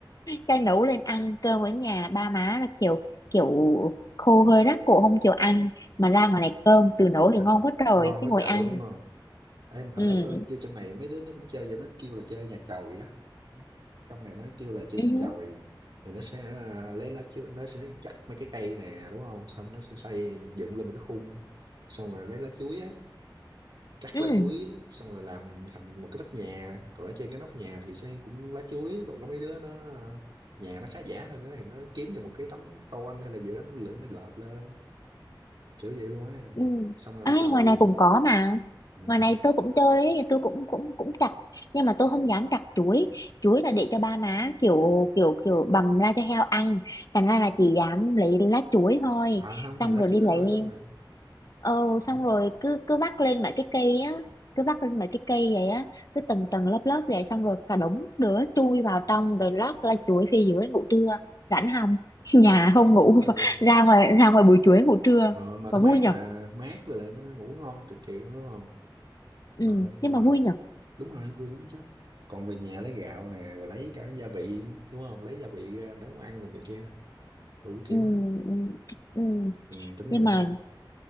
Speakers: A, on the left; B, on the right.
A: cái nấu lên ăn cơm ở nhà ba má là kiểu kiểu khô hơi rát cổ không chịu ăn mà ra ngoài này cơm từ nấu thì
B: à,
A: ngon quá trời
B: ngon
A: cái
B: quá
A: ngồi
B: trời
A: ăn
B: luôn đúng không em hồi
A: ừ
B: đó tôi chơi trong này mấy đứa nó cũng chơi và nó kêu là chơi nhà chòi á trong này nó kêu là chơi
A: ừ
B: nhà chòi thì nó sẽ à, lấy lá chuối nó sẽ chặt mấy cái cây nè đúng không xong nó sẽ xây dựng lên một cái khung xong rồi lấy lá chuối á cắt
A: ừ
B: lá chuối xong rồi làm thành một cái vách nhà còn ở trên cái nóc nhà thì sẽ cũng lá chuối còn có mấy đứa nó à, nhà nó khá giả hơn á thì nó kiếm được một cái tấm tôn hay là gì đó nó lên nó lợp lên kiểu vậy luôn á
A: ừ
B: xong rồi
A: Ê,
B: bắt đầu
A: ngoài này cũng có mà
B: ừ.
A: ngoài này tôi cũng chơi ấy tôi cũng cũng cũng chặt nhưng mà tôi không dám chặt chuối chuối là để cho ba má kiểu kiểu kiểu bầm ra cho heo ăn thành ra là chỉ dám lấy lá chuối thôi
B: à, không
A: xong
B: thì lá
A: rồi
B: chuối
A: đi lấy
B: thôi đúng rồi
A: ờ xong
B: Đúng,
A: rồi cứ cứ vắt lên mấy cái cây á cứ vắt lên mấy cái cây vậy á cứ tầng tầng lớp lớp vậy xong rồi cả đống đứa chui vào trong rồi lót lá chuối phía dưới ngủ trưa rảnh không <laughs>
B: đúng
A: nhà không ngủ
B: đúng rồi
A: <laughs> ra ngoài ra ngoài buổi chuối ngủ trưa
B: ờ, mà
A: và
B: nó mát
A: vui nhở
B: mà mát với lại nó ngủ ngon cực kỳ luôn đúng không
A: ừ,
B: ờ,
A: nhưng
B: mà
A: mà vui nhở
B: đúng rồi vui lắm chứ còn về nhà lấy gạo nè rồi lấy cả gia vị đúng không lấy gia vị ra nấu ăn rồi này kia đủ kiểu
A: ừ,
B: hết
A: ừ, ừ.
B: ừ, tính ra
A: nhưng
B: nhá
A: mà